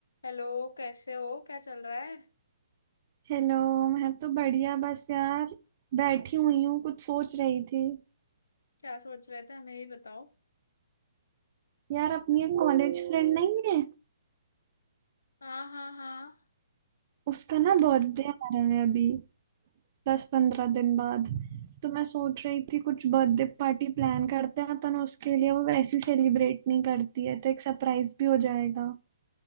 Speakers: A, on the left; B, on the right.
A: हेलो कैसे हो क्या चल रहा है
B: Hello मैं तो बढ़िया बस यार बैठी हुई हूँ कुछ सोच रही थी
A: क्या सोच रहे थे हमें भी बताओ
B: यार अपनी एक कॉलेज फ्रेंड नहीं है
A: हाँ हाँ हाँ
B: उसका ना बर्थडे आ रहा है अभी दस पंद्रह दिन बाद तो मैं सोच रही थी कुछ बर्थडे पार्टी प्लान करते हैं अपन उसके लिए वो वैसे सेलिब्रेट नहीं करती है तो एक सरप्राइज भी हो जाएगा